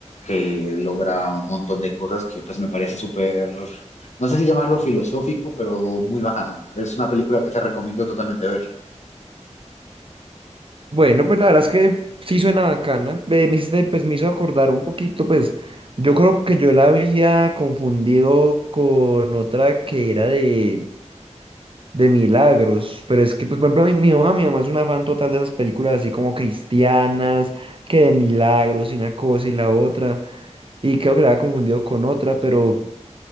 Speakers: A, on the left; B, on the right.
A: que logra un montón de cosas que pues me parece súper, no sé si llamarlo filosófico, pero muy bacano. Es una película que te recomiendo totalmente ver.
B: Bueno, pues la verdad es que sí suena bacana. Eh, me hiciste- pues me hizo acordar un poquito, pues yo creo que yo la había confundido con otra que era de, de Milagros, pero es que, pues por ejemplo, mi, mi mamá, mi mamá es una fan total de esas películas así como cristianas, que de Milagros y una cosa y la otra, y creo que la había confundido con otra, pero